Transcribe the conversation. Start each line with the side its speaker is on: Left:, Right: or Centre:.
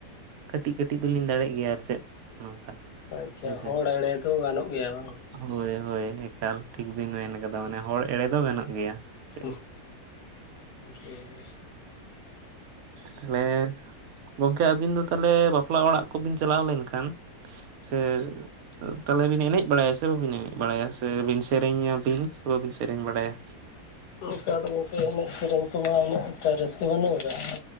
Right: ᱠᱟᱹᱴᱤᱡ ᱠᱟᱹᱴᱤᱡ ᱫᱚᱞᱤᱧ ᱫᱟᱲᱮᱜ ᱜᱮᱭᱟ ᱟᱨ ᱪᱮᱫ ᱱᱚᱝᱠᱟ᱾
Left: ᱟᱪᱪᱷᱟ,
Right: ᱦᱳᱭᱥᱮ
Left: ᱦᱚᱲ ᱮᱲᱮ ᱫᱚ ᱜᱟᱱᱚᱜ ᱜᱮᱭᱟ ᱵᱟᱝ?
Right: ᱦᱳᱭ ᱦᱳᱭ ᱮᱠᱟᱞ, ᱴᱷᱤᱠ ᱵᱤᱱ ᱢᱮᱱ ᱠᱟᱫᱟ ᱢᱟᱱᱮ ᱦᱚᱲ ᱮᱲᱮ ᱫᱚ ᱜᱟᱱᱚᱜ ᱜᱮᱭᱟ᱾ ᱪᱮᱫ
Left: ᱦᱚᱸ ᱦᱮᱸ᱾
Right: ᱛᱟᱦᱚᱞᱮ ᱜᱚᱝᱠᱮ ᱟᱹᱵᱤᱱ ᱫᱚ ᱛᱟᱦᱚᱞᱮ ᱵᱟᱯᱞᱟ ᱚᱲᱟᱜ ᱠᱚᱵᱤᱱ ᱪᱟᱞᱟᱣ ᱞᱮᱱᱠᱷᱟᱱ ᱥᱮ ᱛᱟᱦᱚᱞᱮ ᱵᱤᱱ ᱮᱱᱮᱡ ᱵᱟᱲᱟᱭᱟ ᱥᱮ ᱵᱟᱵᱤᱱ ᱮᱱᱮᱡ ᱵᱟᱲᱟᱭᱟ ᱥᱮ ᱵᱤᱱ ᱥᱮᱨᱮᱧᱟᱵᱤᱱ ᱥᱮ ᱵᱟᱵᱤᱱ ᱥᱮᱨᱮᱧ ᱵᱟᱲᱟᱭᱟ?
Left: ᱚᱱᱠᱟ ᱫᱚ ᱜᱚᱝᱠᱮ ᱮᱱᱮᱡ ᱥᱮᱨᱮᱧ ᱠᱚᱢᱟ ᱩᱱᱟᱹᱜ ᱮᱠᱴᱟ ᱨᱟᱹᱥᱠᱟᱹ ᱵᱟᱹᱱᱩᱜ ᱠᱟᱫᱜᱼᱟ,